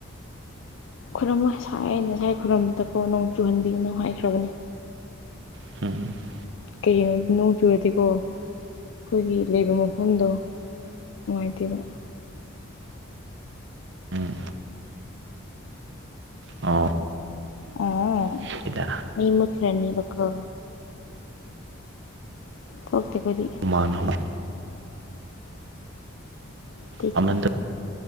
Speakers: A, on the left (about 65°); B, on the right (about 55°).
A: ꯈꯨꯔꯝꯃꯣꯢ ꯁꯥꯏꯑꯦ ꯉꯁꯥꯏ ꯈꯨꯔꯨꯝꯕꯗꯀꯣ ꯅꯣꯡ ꯆꯨꯍꯟꯕꯤꯒꯅꯨ ꯍꯥꯏꯈ꯭ꯔꯕꯅꯤ
B: <unintelligible>
A: ꯀꯩꯒꯤꯅꯣꯗꯤ ꯅꯣꯡ ꯆꯨꯔꯗꯤꯀꯣ ꯈꯣꯏꯒꯤ ꯂꯩꯕ ꯃꯐꯝꯗꯣ ꯅꯨꯡꯉꯥꯏꯇꯦꯕ
B: ꯎꯝ ꯑꯣ
A: <unintelligible>
B: <unintelligible>
A: ꯃꯩ ꯃꯨꯠꯈꯔꯅꯤꯕꯀꯣ ꯊꯣꯛꯇꯦ ꯈꯨꯗꯤ
B: ꯃꯥꯟꯍꯣꯃꯥꯟ
A: ꯇꯩꯊꯣꯛ
B: ꯑꯃꯟꯇ